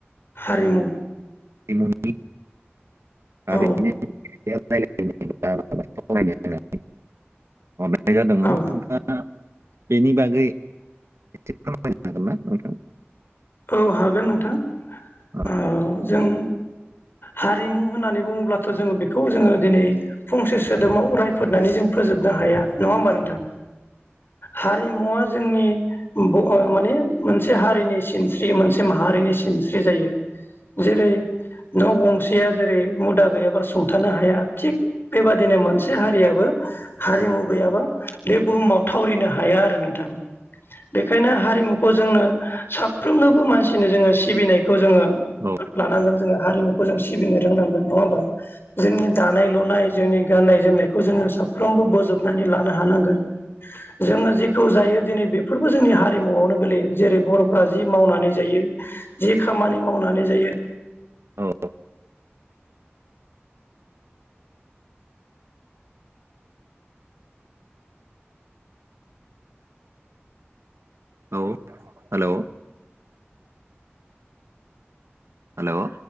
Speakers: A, on the left (about 55°); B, on the right (about 80°).
A: हारिमु
B: <unintelligible> हारिमुनि
A: औ
B: सायाव <unintelligible> ‌ जादोंमोन
A: औ
B: नोंथाङा बेनि बागै एसे फोरायनो हागोन ना नोंथां?
A: औ हागोन नोंथां
B: औ
A: ओ जों हारिमु होननानै बुङोब्लाथ' जोङो बेखौ जोङो दिनै फंसे सोदोबाव रायफोदनानै जों फोजोबनो हाया नङा होमबा नोंथां हारिमुवा जोंनि ओब माने मोनसे हारिनि सिन स्रि मोनसे माहारिनि सिनस्रि जायो जेरै न' गंसेया जेरै मुदा गैयाबा सुंथानो हाया थिग बेबादिनो मोनसे हारियाबो हारिमु गैयाबा बे बुहुमाव थावरिनो हाया आरो नोंथां बेखायनो हारिमुखौ जोंनो साब‌ फ्रोमनोबो मानसिनो जोङो सिबिनायखौ जोङो
B: औ
A: लानांगोन जोङो हारिमुखौ जों सिबिनो रोंनांगोन नङा होमबा जोंनि दानाय लुनाय जोंनि गाननाय जोमनायखौ जोङो साफ्रोमबो बोजबनानै लानो हानांगोन जोङो जेखौ जायो दिनै बेफोरबो जोंनि हारिमुआवनो गोलैयो जेरै बर'फ्रा जि मावनानै जायो जि खामानि मावनानै जायो
B: औ औ हेल' हेल'